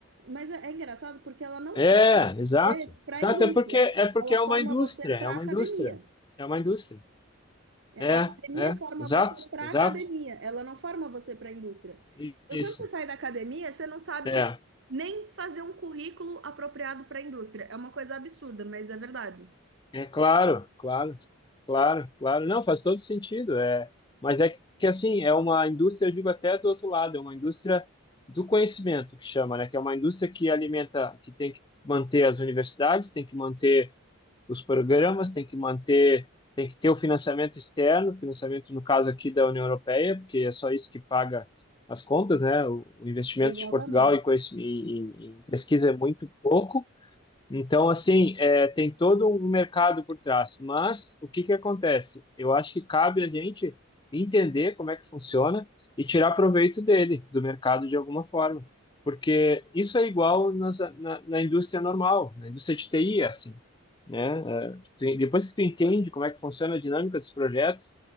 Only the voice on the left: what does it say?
É,
exato.
Exato,
é porque é porque
é
uma indústria,
é
uma
indústria, é uma indústria.
É,
é,
exato,
exato.
I-
Isso.
É,
é claro, claro, claro, claro. Não, faz todo sentido. É, mas é que, assim, é uma indústria, eu digo até do outro lado, é uma indústria do conhecimento que chama, né? Que é uma indústria que alimenta, que tem que manter as universidades, tem que manter os programas, tem que manter, tem que ter o financiamento externo, financiamento no caso aqui da União Europeia, porque é só isso que paga as contas, né? O, o investimento
de Portugal em, conhec- em, em em pesquisa é muito pouco. Então, assim, é, tem todo um mercado por trás. Mas o que que acontece? Eu acho que cabe a gente entender como é que funciona e tirar proveito dele, do mercado de alguma forma. Porque isso é igual nas, na, na indústria normal, na indústria de TI, é assim, né? É, tu- depois que tu entende como é que funciona a dinâmica dos projetos,